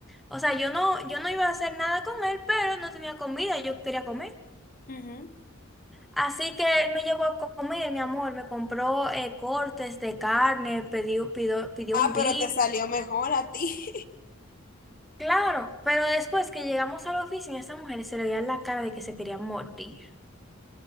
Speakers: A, in the centre; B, on the left.
A: O sea, yo no, yo no iba a hacer nada con él, pero no tenía comida, yo quería comer.
B: Ujú.
A: Así que él me llevó a comer, mi amor, me compró eh, cortes de carne, pidió, pidió, pidió
B: Ah,
A: un beef.
B: pero te salió mejor a ti.
A: Claro, pero después que llegamos a la oficina, esa mujer se le veía la cara de que se quería morir.